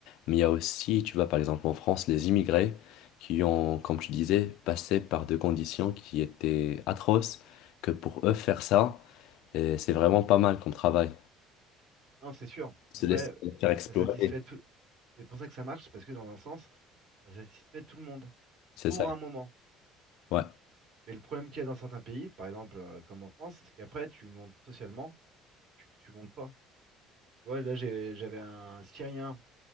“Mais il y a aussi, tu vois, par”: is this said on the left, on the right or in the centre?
Left